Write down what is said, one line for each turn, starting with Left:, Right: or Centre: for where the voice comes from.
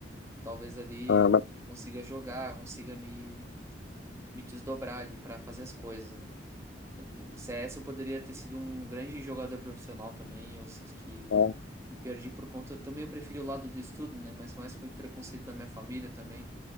Right: Talvez ali
Left: ah, mas,
Right: consiga jogar, consiga me, me desdobrar ali pra fazer as coisas, né? Ali, o CS eu poderia ter sido um grande jogador profissional também. Eu sinto que
Left: ah,
Right: me perdi por conta. Também eu preferi o lado do estudo, né? Mas mais foi preconceito da minha família também.